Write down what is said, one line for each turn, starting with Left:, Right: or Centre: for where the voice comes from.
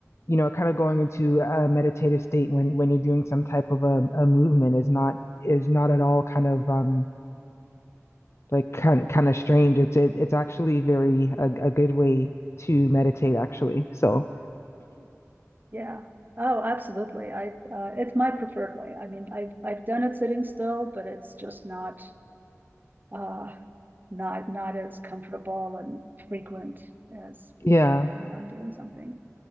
Left: you know kind of going into a meditative state when when you're doing some type of a, a movement is not is not at all kind of um like kind kind of strange. It's it, it's actually very a, a good way to meditate actually. So
Right: Yeah. Oh, absolutely. I uh, it's my preferred way. I mean, I've I've done it sitting still, but it's just not uh, not not as comfortable and frequent as
Left: yeah,
Right: when I'm doing something.